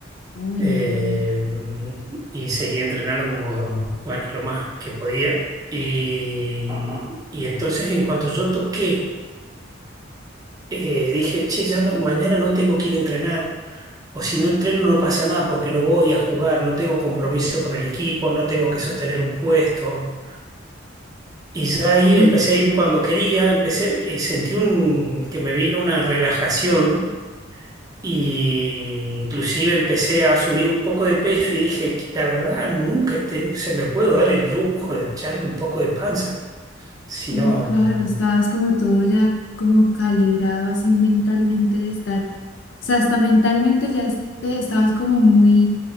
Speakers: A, on the left; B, on the right.
A: Uy,
B: Eh,
A: no, no, no.
B: y seguía entrenando como, bueno, lo más que podía. Y, y entonces en cuanto yo toqué, eh, dije, che, ya no, mañana no tengo que ir a entrenar. O si no entreno no pasa nada porque no voy a jugar, no tengo compromiso con el equipo, no tengo que sostener un puesto. Y ya ahí
A: Y
B: empecé a ir cuando quería, empecé, eh, sentí un, que me vino una relajación Y inclusive empecé a subir un poco de peso y dije, "Que la verdad, nunca he tenido- se me puedo dar el lujo de echar un poco de panza. sino
A: y claro, estabas como todo ya como calibrado así mentalmente de estar, o sea, hasta mentalmente ya es- te- estabas como muy